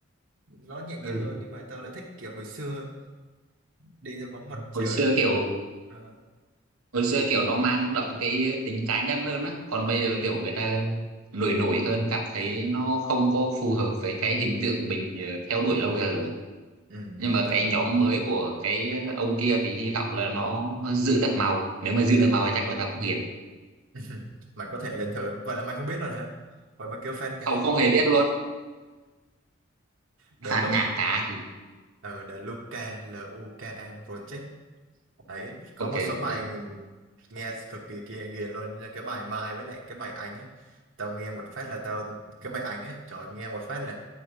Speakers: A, on the right; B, on the right.
A: nó nhẹ nhàng
B: ừ.
A: hơn nhưng mà tao lại thích kiểu hồi xưa hơn. đi theo bóng mặt trời
B: hồi xưa
A: này
B: kiểu
A: à,
B: hồi xưa kiểu nó mang đậm cái tính cá nhân hơn á còn bây giờ kiểu người ta nổi nổi hơn cảm thấy nó không có phù hợp với cái hình tượng mình ờ, theo đuổi lâu giờ
A: ừ,
B: nhưng mà
A: tao
B: cái
A: cũng
B: nhóm mới của cái ông kia thì hy vọng là nó nó giữ được màu nếu mà giữ được màu thì chắc là tao cũng hiền
A: <laughs> mày có thể lên thử vậy là mày không biết rồi hả vậy mà kêu fan cá
B: không không hề biết luôn
A: The
B: phạt
A: Look
B: nhạc cá thì
A: ờ The Luca L U K A Project đấy có
B: ok
A: một số
B: ok
A: bài nghe cực kỳ kia ghiền luôn như là cái bài Mai với lại cái bài Ánh ấy tao nghe một phát là tao cái bài Ánh ấy trời ơi, nghe một phát là